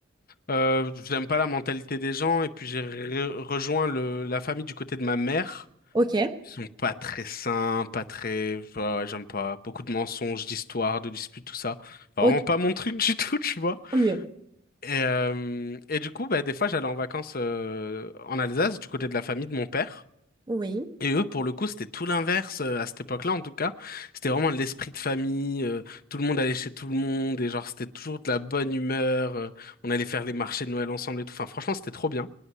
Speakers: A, on the left; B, on the right.
A: Euh, j'aime pas la mentalité des gens et puis j'ai re- rejoint le, la famille du côté de ma mère.
B: Ok,
A: Ils sont pas très sains, pas très, enfin, ouais, j'aime pas beaucoup de mensonges, d'histoires, de disputes, tout ça. Enfin,
B: ok,
A: vraiment pas mon truc <laughs> du tout, tu vois.
B: tant mieux.
A: Et, euh, et du coup, bah, des fois, j'allais en vacances euh, en Alsace du côté de la famille de mon père.
B: Oui,
A: Et eux, pour le coup, c'était tout l'inverse euh, à cette époque-là, en tout cas. C'était vraiment l'esprit de famille. euh, tout le monde allait chez tout le monde et genre c'était toujours de la bonne humeur. euh, on allait faire les marchés de Noël ensemble et tout. Enfin, franchement, c'était trop bien.